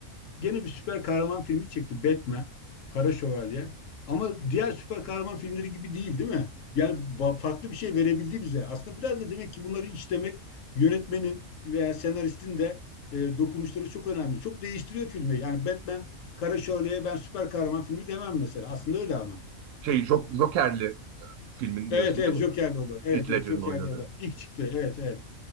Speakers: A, on the left; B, on the right.
A: Gene bir süper kahraman filmi çekti. Batman, Kara Şövalye. Ama diğer süper kahraman filmleri gibi değil, değil mi? Yani ba- farklı bir şey verebildi bize. Aslında biraz da demek ki bunları işlemek yönetmenin veya senaristin de e, dokunuşları çok önemli. Çok değiştiriyor filmi. Yani Batman, Kara Şövalye'ye ben süper kahraman filmi demem mesela. Aslında öyle ama.
B: Şey, Jok- Joker'li filmin
A: Evet
B: diyorsun
A: evet
B: değil
A: Joker'li
B: mi?
A: olur. Evet
B: Heath
A: evet
B: Ledger'ın
A: Joker'li
B: oynadığı.
A: olur. İlk çıktı. Evet evet.